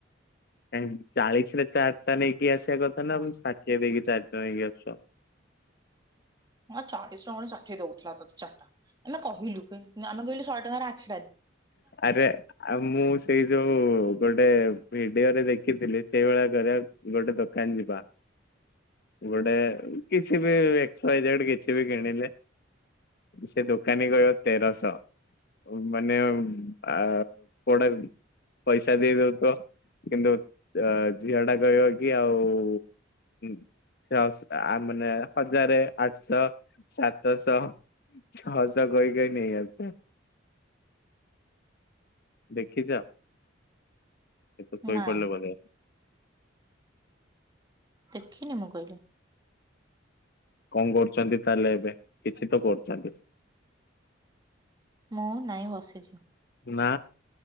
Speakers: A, on the left; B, on the right.
A: କାଇଁ ଚାଳିଶ ରେ ଚାରିଟା ନେଇକି ଆସିବା କଥା ନା
B: ହଁ।
A: ଷାଠିଏ ଦେଇକି ଚାରିଟା ନେଇକି ଆସୁଛ?
B: ହଁ ଚାଳିଶ ଟଙ୍କା ଷାଠିଏ ଦଉଥିଲା ତତେ ଚାରିଟା ହେଲା କହିଲୁ ଆମେ କହିଲୁ ଶହେ ଟଙ୍କାରେ ଆଠ
A: ଆରେ ଆଉ ମୁଁ ସେଇ ଯୋଉ ଗୋଟେ ଭିଡିଓ ରେ ଦେଖିଥିଲି ସେଇଭଳିଆ କରିଆ ଗୋଟେ ଦୋକାନ ଯିବା ଗୋଟେ କିଛି ବି ଏକ୍ସ ୱାଇ ଜେଡ୍ କିଛି ବି କିଣିଲେ? ସେ ଦୋକାନୀ କହିବ ତେରଶ। ମାନେ ଆ କୋଡା କୁ। ପଇସା ଦେଇ ଦଉ ଥିବ କିନ୍ତୁ ଅ ଝିଅ ଟା କହିବ କି ଆଉ ହୁଁ ସେ ଆ ମାନେ ହଜାରେ ଆଠଶ ସାତଶ ଛଅସ କହି କହି ନେଇ ଆସେ। ଦେଖିଛ ଏତ
B: <inaudible>
A: ଶୋଇପଡିଲେ
B: ନାଇଁ।
A: ବୋଧେ
B: ଦେଖିନି ମୁଁ କହିଲି।
A: କଣ କରୁଛନ୍ତି ତାହେଲେ ଏବେ କିଛି ତ କରୁଛନ୍ତି?
B: ମୁଁ ନାଇଁ ବସିଛି।
A: ନା